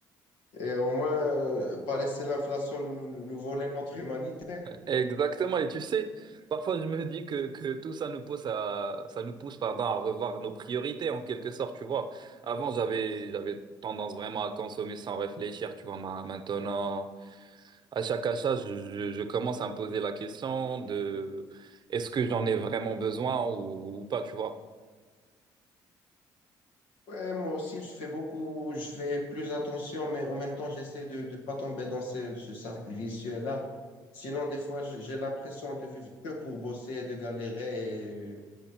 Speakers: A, on the left (about 85°); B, on the right (about 50°).
A: et au moins euh, pas laisser l'inflation nous, nous, nous voler notre humanité, quoi.
B: Exactement. Et tu sais, parfois je me dis que, que tout ça nous pousse à, ça nous pousse, pardon, à revoir nos priorités en quelque sorte, tu vois. Avant, j'avais, j'avais tendance vraiment à consommer sans réfléchir, tu vois, ma- maintenant. À chaque achat, je, je- je commence à me poser la question de est-ce que j'en ai vraiment besoin ou, ou pas, tu vois.
A: Ouais, moi aussi, je fais beaucoup, je fais plus attention, mais en même temps, j'essaie de ne pas tomber dans ce, ce cercle vicieux-là. Sinon, des fois, je- j'ai l'impression de vivre que pour bosser et de galérer et